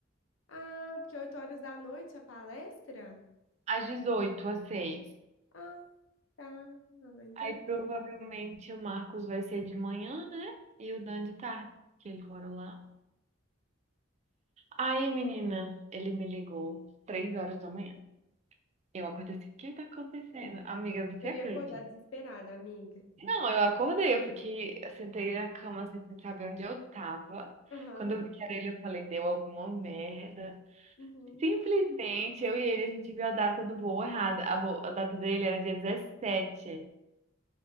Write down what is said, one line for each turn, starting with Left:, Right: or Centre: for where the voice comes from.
Left: Ah, porque 8 horas da noite a palestra?
Right: Às 18 às 6.
Left: Ah, tá. Entendi.
Right: Aí provavelmente o Marcos vai ser de manhã, né? E o Dan de tarde, que eles moram lá. Aí, menina, ele me ligou três horas da manhã. Eu acordei assim, o que tá acontecendo? Amiga, você
Left: Eu
Right: acredita?
Left: ia acordar desesperada, amiga.
Right: Não, eu acordei, eu fiquei, eu sentei na cama assim, sem saber onde eu tava.
Left: Aham.
Right: Quando eu vi que era ele, eu falei, deu alguma merda.
Left: Uhum.
Right: Simplesmente eu e ele, a gente viu a data do voo errada. A, vo- a data dele era dia 17.